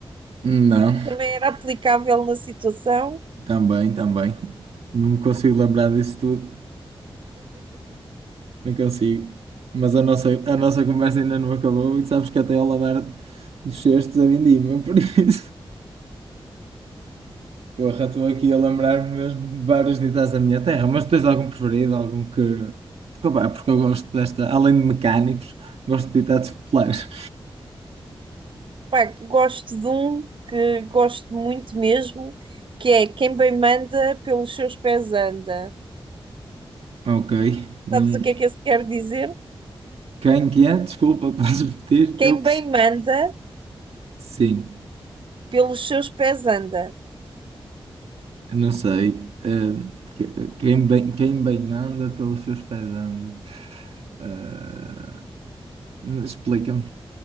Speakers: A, on the right; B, on the right.
A: Não,
B: também era aplicável na situação.
A: também, também. Não me consigo lembrar disso tudo, não consigo. Mas a nossa, a nossa conversa ainda não acabou e sabes que até ao lavar dos cestos a vindima, <laughs> por isso. Porra, estou aqui a lembrar-me mesmo de vários ditas da minha terra, mas tens algum preferido? Algum que. Porque, opá, porque eu gosto desta, além de mecânicos, gosto de ditados populares.
B: Pá, gosto de um que gosto muito mesmo, que é quem bem manda pelos seus pés anda.
A: Ok. Não...
B: Sabes o que é que isso quer dizer?
A: Quem que é? Desculpa, <laughs> podes repetir?
B: Quem
A: Eu perce-
B: bem manda
A: Sim,
B: pelos seus pés anda.
A: não sei. Eh, que- quem bem, quem bem manda pelos seus pés anda. Eh, explica-me.